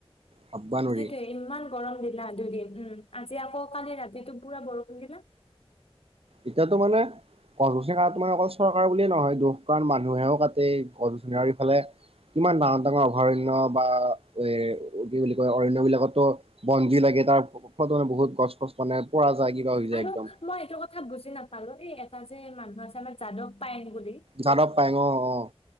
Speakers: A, on the right; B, on the left.
A: ভাববা নোৱাৰি
B: সেইটোয়ে ইমান গৰম দিলা দুদিন উম আজি আকৌ কালি ৰাতিটো পুৰা বৰষুণ দিলে।
A: এতিয়াতো মানে গছ গছনি কাটাটো মানে অকল চৰকাৰৰ বুলিয়ে নহয় দোষ কাৰণ মানুহেও কাটেই এই গছ- গছনি চাৰিওফালে কিমান ডাঙৰ -ডাঙৰ অভয়াৰণ্য বা এ কি বুলি কয় অৰণ্যবিলাকতো বঞ্জি লা তাৰ ফলতো মানে বহুত গছ- গছ মানে পৰা যায় কিবা হৈ যায়
B: আৰু
A: একদম।
B: মই এইটো কথা বুজি নাপালো এই এটা যে মানুহ আছে আমাৰ যাদৱ পাইং বুলি,
A: যাদৱ পায়েং অ অ